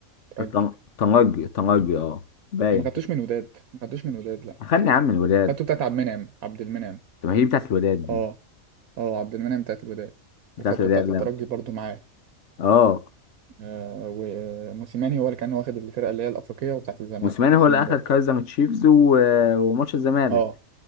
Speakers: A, on the right (about 80°); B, on the left (about 60°).
A: ترجي
B: طن- طنجي طنجي اه باين
A: انتوا ما خدتوش
B: كده
A: من وداد ما خدتوش من وداد لا
B: اخدني يا عم الولاد
A: خدتوا بتاعت عبد المنعم عبد المنعم
B: طب ما هي بتاعت الولاد دي
A: اه اه عبد المنعم بتاعت الوداد
B: بتاعت
A: وخدتوا
B: الولاد
A: بتاعت
B: لا
A: الترجي برضو معاه
B: اه
A: آه وموسيماني هو اللي كان واخد الفرقة اللي هي الافريقية وبتاعت الزمالك
B: موسيماني هو
A: اتنين
B: اللي اخد
A: برضو
B: كايزر من تشيفز و... وماتش الزمالك
A: اه